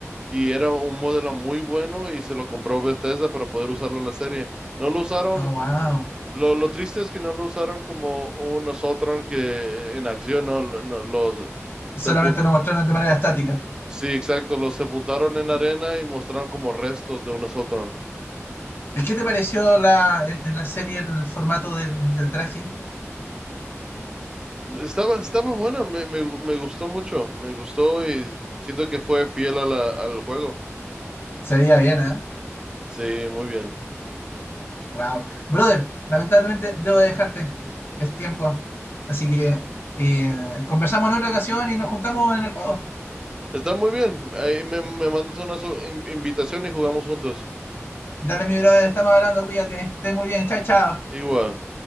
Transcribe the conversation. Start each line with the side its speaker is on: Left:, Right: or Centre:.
Right: y era un modelo muy bueno y se lo compró Bethesda para poder usarlo en la serie. No lo usaron
Left: ¡Oh, wow!
Right: Lo, lo triste es que no lo usaron como un Nosotros que en acción, ¿no? Lo- no, Los
Left: solamente
Right: sepul-
Left: nos mostraron de manera estática.
Right: sí, exacto, los sepultaron en arena
Left: Mm.
Right: y mostraron como restos de un Nosotros.
Left: ¿Y ¿Qué te pareció la, en en la serie el formato del, del traje?
Right: Estaba, estaba bueno, me, me, gu- me gustó mucho, me gustó y siento que fue fiel a la- al juego.
Left: Se veía bien, ¿eh?
Right: Sí, muy bien.
Left: Wow. Brother, lamentablemente debo de dejarte. Es tiempo. Así que eh, conversamos en otra ocasión y nos juntamos en el juego.
Right: Está muy bien. Ahí me, me mandas una su- in- invitación y jugamos juntos.
Left: Dale, mi brother, estamos hablando, cuídate. Esté muy bien. Chao, chao.
Right: Igual.